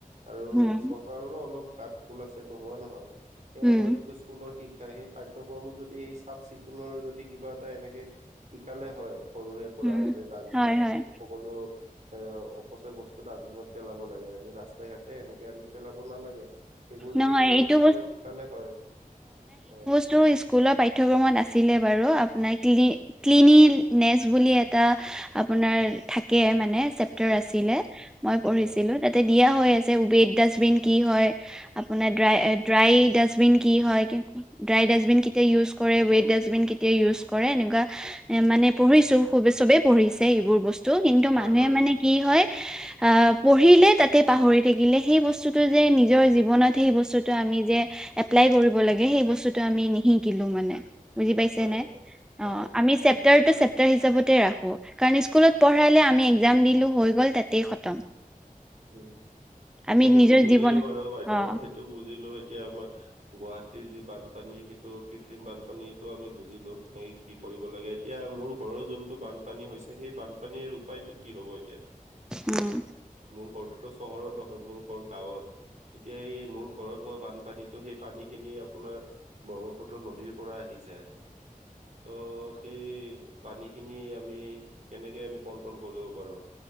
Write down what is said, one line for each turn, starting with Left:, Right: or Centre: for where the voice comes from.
Right: আৰু
Centre: উম,
Right: চৰকাৰৰো অলপ গাত ভুল আছে নোহোৱা নহয়। সেই
Centre: উম,
Right: আমাৰ যোনটো স্কুলৰ শিক্ষা সেই পাঠ্যক্ৰমত যদি এই চাফ চিকুণৰ যদি কিবা এটা এনেকে শিকালে হয় সৰুৰে পৰা
Centre: উম,
Right: যে ডাষ্টবিনত
Centre: হয়, হয়,
Right: সকলো এ অপচয় বস্তু টো ডাষ্টবিনত পেলাব লাগে, আমি ৰাস্তাই ঘাটে এনেকে আমি পেলাব নালাগে। সেইবোৰ যদি
Centre: নহয়
Right: সৰুৰে
Centre: এইটো
Right: পৰা শিকালে হয়, হয়।
Centre: টো স্কুলৰ পাঠ্যক্ৰমত আছিলে বাৰু, আপোনাৰ ক্লিলি ক্লিলিনেছট
Right: হয়
Centre: বুলি এটা আপোনাৰ থাকে মানে চেপ্তাৰ আছিলে।
Right: হয় হয়
Centre: মই পঢ়িছিলো,
Right: হয়
Centre: তাতে দিয়া হৈ আছে উবেদ ডাষ্টবিন কি হয়। আপোনাৰ ড্ৰাই
Right: উম,
Centre: ড্ৰাই ডাষ্টবিন কি হয়। কি ড্ৰাই ডাষ্টবিন কেতিয়া ইউজ কৰে ৱেইট ডাষ্টবিন কেতিয়া ইউজ কৰে এনেকুৱা এ মানে- পঢ়িছো সবে চবেই পঢ়িছে এইবোৰ বস্তু কিন্তু,
Right: হয়,
Centre: মানুহে
Right: হয়।
Centre: মানে- কি হয়? আহ পঢ়িলে তাতে পাহৰি থাকিলে সেই বস্তুটো যে নিজৰ জীৱ- ৱনত সেই বস্তুটো আমি যে এপ্লাই কৰিব লাগে সেই বস্তুটো আমি নিহিকো। শিকিলো মানে। বুজি পাইছে
Right: হয়,
Centre: নে
Right: হয়, হয়।
Centre: অঁহ আমি চেপ- চেপ্টাৰটো চেপ্টাৰ হিচাপতে ৰাখো কাৰণ স্কুলত পঢ়াহলে আমি এক্জাম দিলো হৈ গ'ল তাতেই খতম।
Right: উম'
Centre: আমি
Right: সেইটো
Centre: নিজৰ
Right: বুজিলো
Centre: জীৱন
Right: বাৰু বাইদেউ
Centre: অ
Right: সেইটো বুজিলো এতিয়া আমাৰ- গুৱাহাটীৰ যি বানপানী সেইটো কৃত্ৰিম বানপানীটো আমি বুজিলো। নেইক- কি কৰিব লাগে, এতিয়া মোৰ ঘৰৰ যোনটো বানপানী হৈছে সেই বানপানীৰ উপায়টো কি হ'ব এতিয়া?
Centre: উম'
Right: মোৰ ঘৰটোতো চহৰত নহয় মোৰ ঘৰ গাঁৱত এতিয়া এই মোৰ- ঘৰত হোৱা বানপানীতো সেই পানীখিনি আপোনাৰ ব্ৰহ্মপুত্ৰ নদীৰ পৰা আহিছে- ত' সেই পানীখিনি আমি কেনেকে আমি কন্ট্ৰোল কৰিব পাৰো?